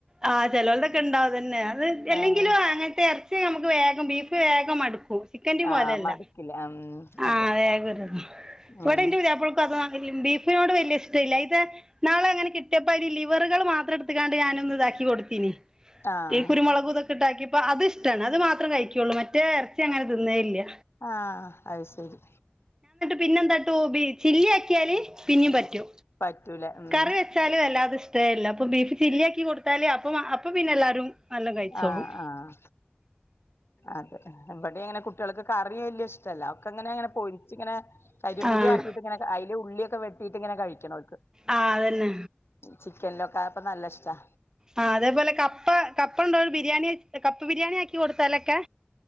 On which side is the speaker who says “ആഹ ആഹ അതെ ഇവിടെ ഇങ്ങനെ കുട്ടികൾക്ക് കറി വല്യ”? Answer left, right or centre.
Left